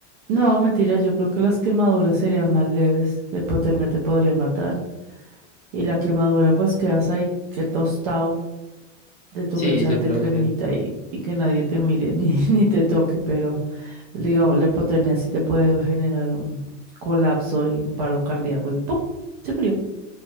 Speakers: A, on the right (about 30°); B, on the left (about 20°).
A: No, mentira, yo creo que las quemaduras serían más leves. La hipotermia te podría matar. Y la quemadura, pues quedas ahí que tostado de tu
B: Sí,
A: que echarte
B: yo creo
A: cremita
B: que
A: y, y que nadie te mire ni, <laughs> ni te toque. Pero, digamos, la hipotermia sí te puede generar un colapso y un paro cardíaco y ¡pum! Se murió.